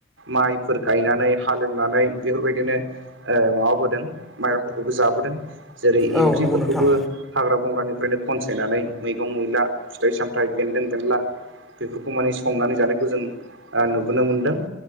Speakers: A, on the right; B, in the centre.
A: माइफोर गायनानै हालेवनानै बेफोरबायदिनो ओ माबाबोदों माइरंफोरखौबो जाबो बोदों जेरै
B: औ
A: इंख्रिफोरखौबो
B: नंगौ नोंथां
A: हाग्रा बंग्रानि खनसायनानै मैगं मैला फिथाइ सामथायाइ बेन्दों बेनला बेफोरखौ माने संनानै जानायखौ जों ओ नुबोनो मोनदों।